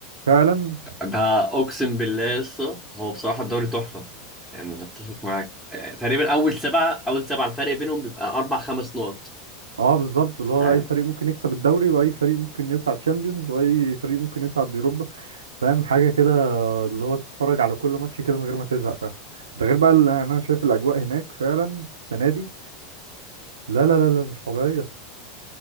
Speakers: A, on the right; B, in the centre.
A: فعلا
B: ده اقسم بالله لسه هو بصراحة الدوري تحفة يعني هتفق معاك آه، تقريبا اول سبعة اول سبعة الفرق بينهم بيبقى اربع خمس نقط
A: اه بالظبط اللي هو
B: يعني
A: اي فريق ممكن يكسب الدوري واي فريق ممكن يصعد تشامبيونز واي فريق ممكن يصعد يوروبا فاهم حاجه كده اللي هو تتفرج على كل ماتش كده من غير ما تزهق فاهم ده غير بقى اللي انا شايف الاجواء هناك فعلا السنه دي لا لا لا لا مش طبيعيه